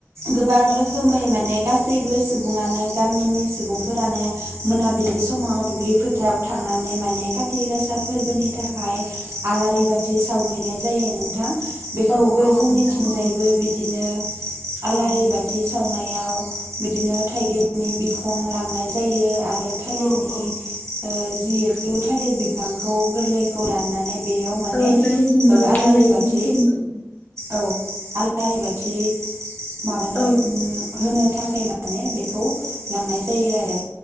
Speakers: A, on the right; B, on the left.
A: गोबां रोखोमै माने गासैबो सुबुङानो गामिनि सुबुंफोरानो मोनाबिलि सम समाव दुब्लि फोथाराव थांनानै माने खाथि गासा फोरबोनि थाखाय आलारि बाथि साव हैनाय जायो नोंथां। बेखौबो
B: औ औ
A: जोंनिथिंजायबो
B: नोंथां औ
A: बिदिनो
B: औ
A: आलारि बाथि साव सावनायाव बिदिनो थाइगिरनि बिखं लांनाय जायो। आरो थालिरनि
B: औ औ
A: जिथु थालिर बिफांखौ गोरलैखौ दाननानै बेयाव माने
B: औ जोंनिथिंबो
A: ओ
B: बेफोरबायदिनो
A: आलारि बाथि
B: खुङो।
A: औ आलारि बाथि माबानो
B: औ
A: उम होनो थाखाय माने बे खौ लांनाय जायो आरो